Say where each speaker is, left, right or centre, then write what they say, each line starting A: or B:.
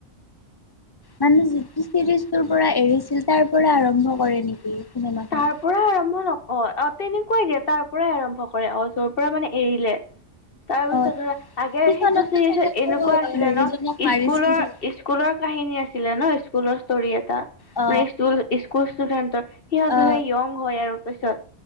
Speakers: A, on the left; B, on the left.
A: মানে যিটো চিৰিজৰ পৰা এৰিছিল তাৰ পৰা আৰম্ভ কৰে নেকি? চিনেমাখন?
B: তাৰ পৰা আৰম্ভ নক অ অ তেনেকুৱাই দিয়া তাৰ পৰাই আৰম্ভ কৰে অ যৰ পৰা মানে এৰিলে। তাৰ পিছত,
A: অ
B: আগে
A: সিখনতো
B: সেইটো
A: চাগে বাৰু
B: এনেকুৱা আছিলে
A: হেৰিজনক
B: ন
A: মাৰিছিল
B: স্কুলৰ,
A: চাগে
B: স্কুলৰ কাহিনী আছিলে ন স্কুল ফুলস্থৰি আ তা,
A: অ
B: মানে স্কুল স্কুল ষ্টুডেণ্টত ধৰা
A: অ
B: য়ং হয় আৰু পিছত